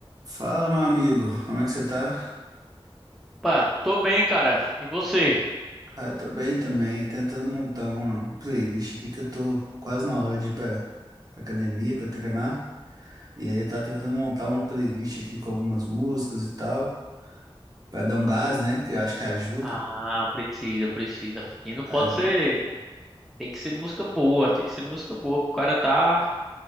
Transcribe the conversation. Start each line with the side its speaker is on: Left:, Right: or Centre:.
Right: Fala, meu amigo, como é que você tá?
Centre: Opa, tô bem, cara. E você?
Right: Ah, eu tô bem também, tentando montar uma playlist aqui que eu tô quase na hora de ir pra, pra academia, pra treinar. E aí eu tava tentando montar uma playlist aqui com algumas músicas e tal, pra dar um gás, né? Que eu acho que ajuda.
Centre: Ah, precisa, precisa. E não pode
Right: É, bo-
Centre: ser. Tem que ser música boa, tem que ser música boa pro cara tá